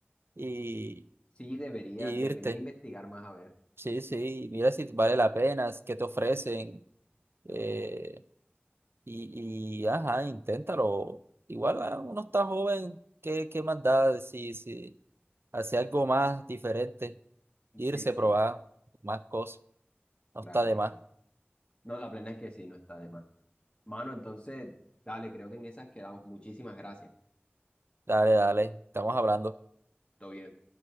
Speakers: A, on the right (about 70°); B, on the left (about 25°).
A: y,
B: Sí, debería,
A: y
B: debería
A: irte.
B: investigar más a ver.
A: Sí, sí, mira si vale la pena, qué te ofrecen. eh, y, y, ajá, inténtalo. Igual ah, uno está joven, ¿qué, qué más da? si si hacer algo más diferente. irse,
B: Sí, sí,
A: probar más cosas. No
B: claro,
A: está de
B: claro.
A: más.
B: No, la plena es que sí, no está de más. Mano, entonces, dale, creo que en esas quedamos. Muchísimas gracias.
A: Dale, dale, estamos hablando.
B: Todo bien.